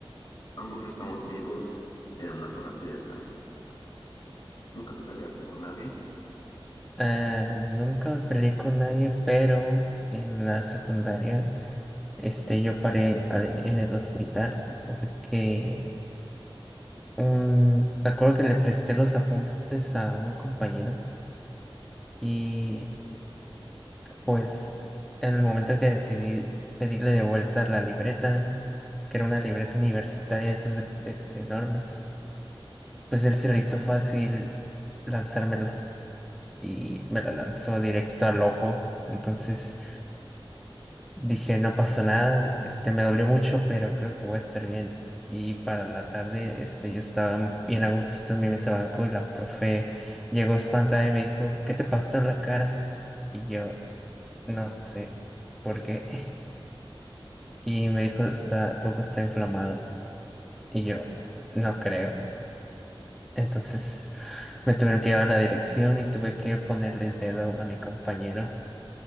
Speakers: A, on the left (about 45°); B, in the centre.
A: ambos estamos vivos en una sola pieza. ¿Nunca te peleaste con nadie?
B: Ah, nunca me peleé con nadie, pero en la secundaria este, yo paré al- en el hospital porque Un, me acuerdo que le presté los apuntes a un compañero y pues en el momento que decidí pedirle de vuelta la libreta, que era una libreta universitaria, esas de- este, enormes, pues él se le hizo fácil lanzármela y me la lanzó directo al ojo. Entonces Dije, no pasa nada, este me dolió mucho, pero creo que voy a estar bien. Y para la tarde, este, yo estaba bien a gusto en mi mesa banco y la profe llegó espantada y me dijo, ¿qué te pasó en la cara? Y yo, no sé por qué. <laughs> Y me dijo, está, tu ojo está inflamado. Y yo, no creo. Entonces me tuvieron que llevar a la dirección y tuve que ponerle el dedo a mi compañero.